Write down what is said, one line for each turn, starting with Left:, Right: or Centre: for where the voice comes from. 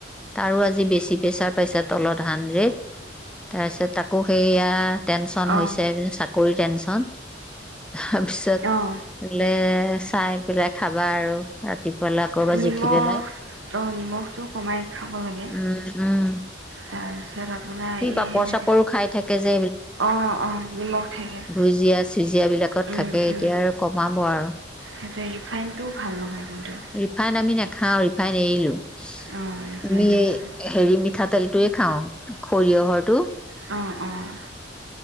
Centre: তাৰো আজি বেছি প্ৰেছাৰ পাইছে, তলত হান্ড্ৰেড, তাৰপিছত তাত আকৌ সেয়া টেনচন
Right: অঁ
Centre: হৈছে, চাকৰি টেনচন, তাৰপিছত
Right: অঁ
Centre: বোলে, চাই পেলাই খাবা আৰু। ৰাতিপুৱালে আকৌ এবাৰ
Right: নিমখ
Centre: জুখি পেলাই,
Right: অঁ নিমখটো কমাই খাব লাগে
Centre: উম', উম',।
Right: তাৰপিছত আপোনাৰ
Centre: সি
Right: এই,
Centre: পাপৰ চাপৰো খাই থাকে যে
Right: অ', অ', নিমখ থাকে।
Centre: ভুজিয়া-চুজিয়া বিলাকত
Right: উম
Centre: থাকে,
Right: উম
Centre: এতিয়া আৰু কমাব আৰু।
Right: সেইটোৱে, ৰিফাইনটোও ভাল নহয় কিন্তু।
Centre: ৰিফাইন আমি নাখাওঁ, ৰিফাইন এৰিলো।
Right: অঁ ৰিফাইনটো
Centre: আমি এই
Right: ভাল
Centre: হেৰি মাঠাতেলটোৱেই খাওঁ, সৰিয়‌হৰটো।
Right: Of', of.